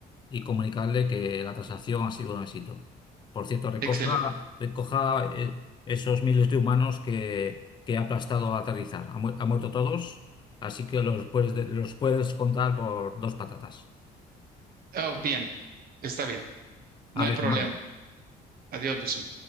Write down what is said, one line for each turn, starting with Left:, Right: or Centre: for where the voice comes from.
Left: y comunicarle que la transacción ha sido un éxito. Por cierto, recoja,
Right: Excelente.
Left: recoja eh, esos miles de humanos que, que ha aplastado a aterrizar. Ha, mu- ha muerto todos, así que los puedes, de- los puedes contar por dos patatas.
Right: Oh, bien, está bien, no
Left: Adiós,
Right: hay problema.
Left: humanos.
Right: Adiós, Busu.